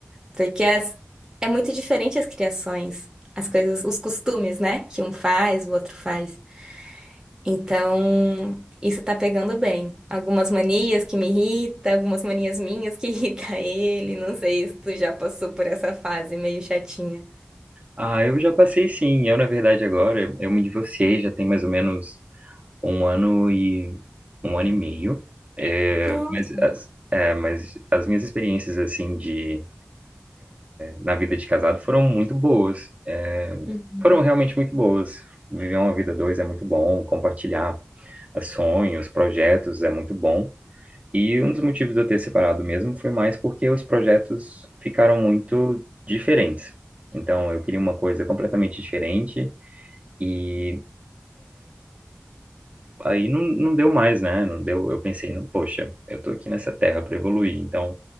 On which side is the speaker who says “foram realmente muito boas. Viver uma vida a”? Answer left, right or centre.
Right